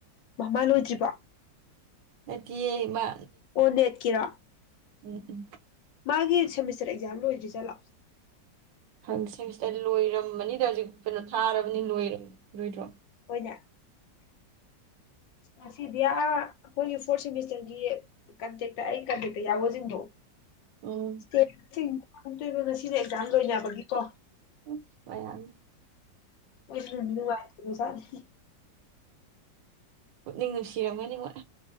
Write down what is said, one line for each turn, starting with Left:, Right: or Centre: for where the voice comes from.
Left: ꯃꯃꯥ ꯂꯣꯏꯗ꯭ꯔꯤꯕꯣ
Right: ꯅꯥꯠꯇꯌꯦ ꯃꯥ
Left: ꯑꯣ ꯅꯦꯠ ꯀꯤꯔꯣ
Right: ꯎꯝ ꯎꯝ
Left: ꯃꯥꯒꯤ ꯁꯦꯃꯤꯁꯇꯔ ꯑꯦꯛꯖꯥꯝ ꯂꯣꯏꯗ꯭ꯔꯤꯖꯥꯠꯂꯣ
Right: ꯍꯪꯁꯪꯁꯤꯗ ꯂꯣꯏꯔꯝꯕꯅꯤꯗ ꯍꯧꯖꯤꯛ ꯀꯩꯅꯣ ꯊꯥꯔꯕꯅꯤ ꯂꯣꯏ ꯂꯣꯏꯗ꯭ꯔꯣ
Left: <inaudible> ꯍꯁꯤꯗꯌꯥ ꯍꯣꯏ ꯐꯣꯔꯠ ꯁꯦꯃꯤꯁꯇꯔꯒꯤ ꯀꯟꯇꯛꯇ ꯑꯩ ꯀꯟꯗꯛꯇ ꯌꯥꯎꯖꯤꯟꯗꯣ
Right: ꯎꯝ
Left: ꯁꯇꯦ <inaudible> <unintelligible> ꯁꯤꯅ ꯑꯦꯛꯖꯥꯝ ꯂꯣꯏꯅꯦꯕꯒꯤ ꯀꯣ
Right: ꯑꯁ ꯃꯌꯥꯝ
Left: ꯑꯣ ꯃꯨꯗꯤ <unintelligible> ꯍꯩꯕ ꯖꯥꯇꯅꯦ
Right: ꯄꯨꯛꯅꯤꯡ ꯅꯨꯡꯁꯤꯔꯝꯒꯅꯤꯉꯣꯏ